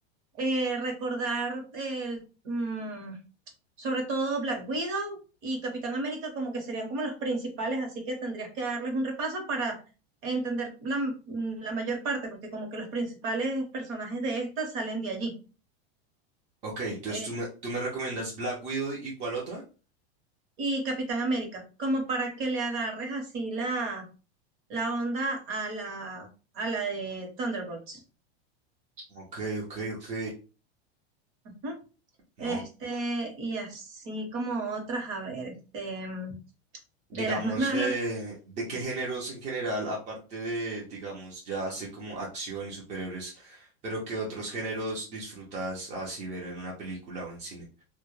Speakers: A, on the right; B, on the right.
A: eh, recordar el, mm, sobre todo Black Widow y Capitán América como que serían como los principales, así que tendrías que darles un repaso para entender la, m- la mayor parte, porque como que los principales personajes de esta salen de allí.
B: Ok, entonces
A: eh,
B: tú me, tú me recomiendas Black Widow y cuál otra?
A: y Capitán América, como para que le agarres así la, la onda a la, a la de Thunderbolts.
B: Ok, ok, ok.
A: Ujú.
B: No,
A: Este, y así como otras, a ver, este, mm,
B: Digamos,
A: de las más nuevas.
B: de, de qué géneros en general, aparte de, digamos, ya así como acción y superhéroes, pero qué otros géneros disfrutas así ver en una película o en cine.